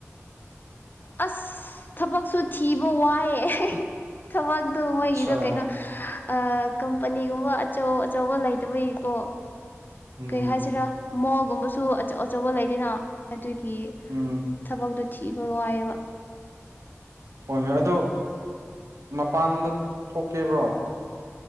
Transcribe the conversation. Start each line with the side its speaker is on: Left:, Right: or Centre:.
Left: ꯑꯁ ꯊꯕꯛꯁꯨ ꯊꯤꯕ ꯋꯥꯏꯑꯦ ꯊꯕꯛꯗꯣ ꯃꯣꯏꯒꯤꯗꯣ
Right: ꯑꯠꯆꯥ
Left: ꯀꯩꯅꯣ ꯑ ꯀꯝꯄꯅꯤꯒꯨꯝꯕ ꯑꯆꯧ ꯑꯆꯧꯕ ꯂꯩꯇꯕꯒꯤꯀꯣ
Right: ꯎꯝ
Left: ꯀꯩ ꯍꯥꯏꯁꯤꯔꯥ ꯃꯣꯜꯒꯨꯝꯕꯁꯨ ꯑꯆꯧ ꯑꯆꯧꯕ ꯂꯩꯗꯅ ꯑꯗꯨꯒꯤ
Right: ꯎꯝ
Left: ꯊꯕꯛꯇꯣ ꯊꯤꯕ ꯋꯥꯏꯑꯕ
Right: ꯍꯣꯏ ꯍꯣꯏ ꯑꯣ ꯃꯄꯥꯟꯗ ꯊꯣꯛꯀꯦꯕ꯭ꯔꯣ